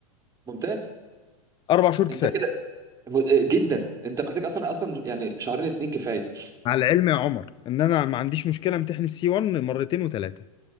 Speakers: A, on the right; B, on the left.
A: ممتاز
B: اربع شهور كفايه
A: انت كده جدا انت محتاج اصلا اصلا يعني شهرين اتنين كفايه
B: مع العلم يا عمر ان انا ما عنديش مشكله امتحن السي 1 مرتين وثلاثه